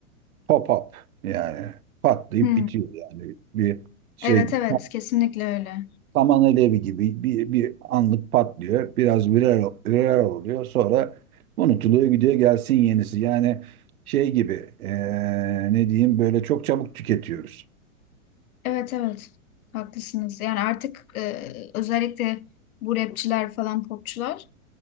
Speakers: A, on the right; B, on the left.
A: pop-up yani patlayıp
B: Hı.
A: bitiyor yani bir şey
B: Evet
A: gibi.
B: evet kesinlikle öyle.
A: saman alevi gibi bir, bir anlık patlıyor. Biraz viral, viral oluyor. Sonra unutuluyor gidiyor gelsin yenisi. Yani şey gibi eee, ne diyeyim böyle çok çabuk tüketiyoruz.
B: Evet evet haklısınız. Yani artık e, özellikle bu rapçiler falan popçular